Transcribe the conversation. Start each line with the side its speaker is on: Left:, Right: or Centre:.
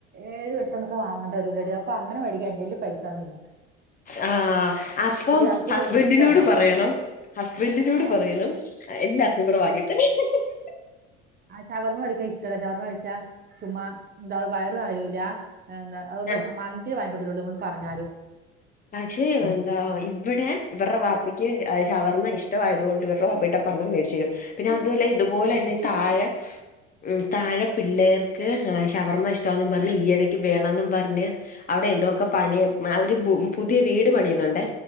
Right: ഏഴും ഏട്ടണ്ണൊക്കെ വാങ്ങണ്ടി വരുല്ലടി അപ്പൊ അങ്ങന മേടിക്കാൻ എന്റല് പൈസ ഒന്നുല്ല.
Left: ആഹ് അപ്പം
Right: ആൾക്കൂട്ട്
Left: ഹസ്ബൻഡിനോട്
Right: മേടിക്കുന്നത് ഇഷ്ടമല്ല
Left: പറയണം ഹസ്ബൻഡിനോട്
Right: അല്ല
Left: പറയണം. എല്ലാർക്കും കൂടി വാങ്ങി <unintelligible>
Right: ഷവർമ കഴിക്കണ ഇഷ്ടല്ല ഷവർമ കഴിച്ചാ ചുമ്മാ എന്താ വയറും നെറയൂല. എന്താ അതുകൊണ്ട്
Left: ആഹ്
Right: മന്തി വാങ്ങിക്കൊണ്ടരുള്ളൂ ഇവള് പറഞ്ഞാലും.
Left: പക്ഷെ എന്താ ഇവിടെ ഇവരുടെ വാപ്പക്ക് അഹ് ശവർമ്മ ഇഷ്ടായതുകൊണ്ട് ഇവരുടെ വാപ്പ പറഞ്ഞ മേടിച്ച തരും പിന്നെ അതുവല്ല ഇതുപോലെ തന്നെ ഈ താഴെ
Right: <inaudible>
Left: ഉം താഴെ പിള്ളേർക്ക് ഏഹ് ശവർമ്മ ഇഷ്ടവാന്നും പറഞ്ഞ് ഈയിടക്ക് വേണെന്നും പറഞ്ഞ്. അവിടെ എന്തോക്കെ പണിയ അവര് പുതിയ വീട് പണിയുന്നുണ്ടേ.